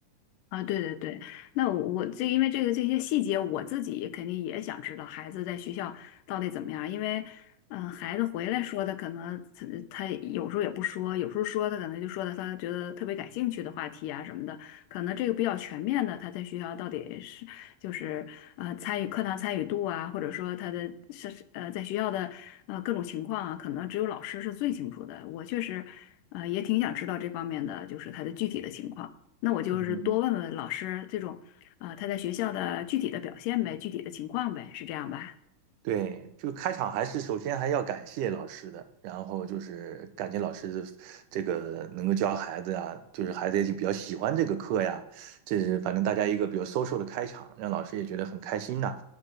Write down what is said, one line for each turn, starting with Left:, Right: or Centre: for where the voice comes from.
Left: 啊，对对对，那我我这因为这个这些细节，我自己肯定也想知道孩子在学校到底怎么样，因为，嗯、孩子回来说的可能他他有时候也不说，有时候说他可能就说的他觉得特别感兴趣的话题啊什么的，可能这个比较全面的，他在学校到底是就是呃参与课堂参与度啊，或者说他的是呃在学校的呃各种情况啊，可能只有老师是最清楚的。我确实呃也挺想知道这方面的，就是他的具体的情况。那我就是多问问老师这种，
Right: 嗯，
Left: 啊、他在学校的具体的表现呗，具体的情况呗，是这样吧？
Right: 对，就个开场还是首先还要感谢老师的，然后就是感谢老师的这个能够教孩子呀，就是孩子也比较喜欢这个课呀，这是反正大家一个比较 social 的开场，让老师也觉得很开心呐、